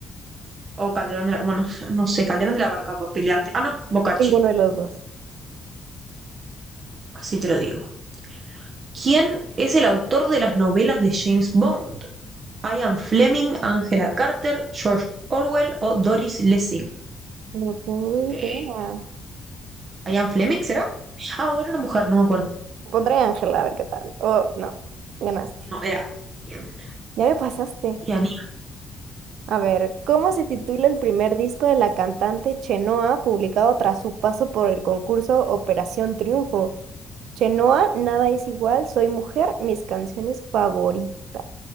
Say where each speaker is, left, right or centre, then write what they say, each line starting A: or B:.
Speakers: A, on the right; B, on the right.
A: o Calderón de la. Bueno, no sé, Calderón de la Barca por pelearte. Ah, no, Boccaccio,
B: Ninguno de los dos.
A: así te lo digo. ¿Quién es el autor de las novelas de James Bond? Ian Fleming, Angela Carter, George Orwell o Doris Lessing.
B: No tengo
A: Eh,
B: idea.
A: ¿Ian Fleming será? Ah, o era una mujer, no me acuerdo.
B: Pondré Ángela a ver qué tal. Oh, no. Ganaste.
A: No, era. Ian.
B: Ya me pasaste.
A: Ian, Ian.
B: A ver, ¿cómo se titula el primer disco de la cantante Chenoa publicado tras su paso por el concurso Operación Triunfo? Chenoa, nada es igual, soy mujer, mis canciones favoritas.